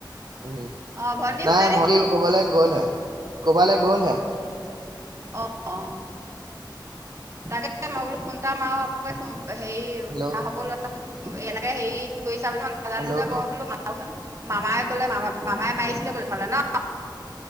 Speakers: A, on the right (about 60°); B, on the right (about 35°).
A: উম
B: অ ভন্টি
A: নাই
B: শুলে নি
A: ভন্টি
B: বোলো
A: কবালে গ'লহে কবালে গলহে।
B: অ অ তাকে মই বোলো ফোনটা মাৰো আৰু হেৰি
A: হেল্ল'
B: খা খবৰ লোৱা নাই এনেকে হেৰি কি কৰিছে নাজানো
A: হেল্ল'
B: যে মই বোলো কৰো চোন মামায়ে কলে মামা মামাই মাৰিছিলে বোলে তোমালে ন